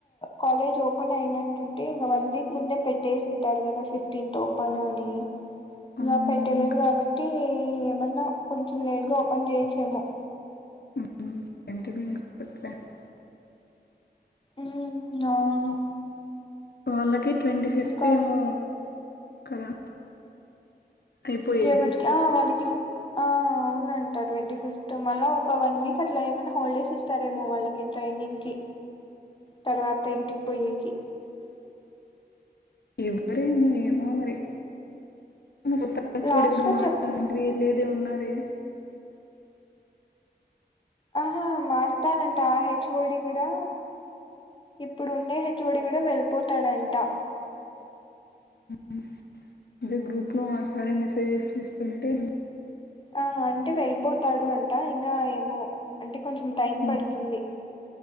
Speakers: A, on the left; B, on the left.
A: కాలేజ్ ఓపెన్ అయినట్టుంటే ఇంగ వన్ వీక్ ముందే పెట్టేసింటారు కదా ఫిఫ్త్ ర్థీంత్ ఓపెన్ అని
B: ఆ,
A: ఇంకా పెట్టలేదు
B: ఇంకా
A: కాబట్టి ఏమన్నా కొంచెం లేట్గా ఓపెన్ చేయచ్చేమో
B: మ్మ్ <inaudible>
A: మ్మ్ అవును
B: వాళ్ళకి ట్వంటీ ఫిఫ్త్
A: ఇంకా
B: ఏమో కదా అయిపోయేది
A: ఎవరికి ఆ వాళ్ళకి ఆ ఉనంట ట్వంటీ ఫిఫ్త్ మళ్ళ ఒక వన్ వీక్ అట్లా ఏమైనా హాలిడేస్ ఇస్తారేమో వాళ్ళకి ట్రైనింగ్ కి
B: <inaudible>
A: తర్వాత ఇంటికి పొయ్యే కి
B: ఇవ్వరేమో ఏమో మరి కొత్త హెచ్
A: లాస్ట్
B: ఓ డి కూడా
A: లో
B: మారినాడు
A: చెప్
B: అంటివి లేదే ఉన్నారే
A: ఆహా మారతాడంట ఆ హెచ్ ఓ డి కూడా ఇప్పుడుండే హెచ్ ఓ డి కూడా వెళ్ళిపోతాడంట
B: మ్మ్ అదే గ్రూప్ లో ఆసారే మెసేజెస్ ఇస్తుంటే
A: ఆ అంటే వెళ్ళిపోతాడు అంట ఇంకా ఏమో అంటే కొంచెం టైం
B: ఉమ్,
A: పడుతుంది